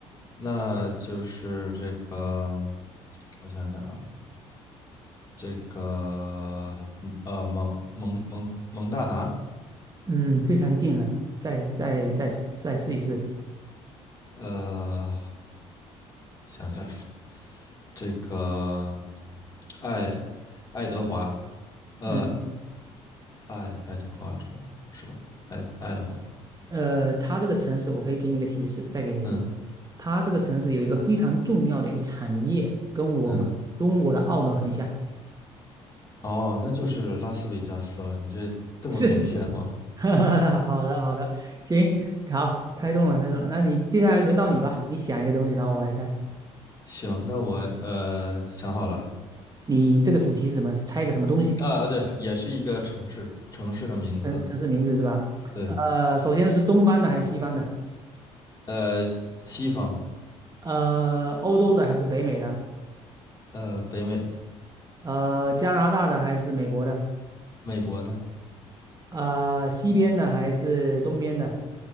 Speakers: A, on the left; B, on the right.
A: 那就是这个，我想想啊，这个呃蒙蒙蒙蒙大拿，
B: 嗯，非常近了，再再再再试一试。
A: 呃，想想这个爱爱德华，呃
B: 嗯，
A: 爱爱德华州是吧？爱爱德华，
B: 呃，它这个城市，我可以给你个提示，再给你个提示，
A: 嗯
B: 它这个城市有一个非常重要的一个产业，跟我们中国的澳门很像。
A: 嗯，哦，那就是拉斯维加斯了，你这这么明显吗？
B: <laughs> 是是，<laughs> 哈哈哈好的好的，行，好，猜中了猜中了。那你接下来轮到你吧，你想一个东西，然后我来猜。
A: 行，那我呃想好了
B: 你这个主题是什么？是猜一个什么东西？
A: 啊，啊对，也是一个城市，城市的名字，
B: 城市名字是吧？
A: 对，
B: 呃，首先是东方的还是西方的？
A: 呃，西方，
B: 呃，欧洲的还是北美的？
A: 呃，北美的，
B: 呃，加拿大的还是美国的？
A: 美国的，
B: 呃，西边的还是东边的？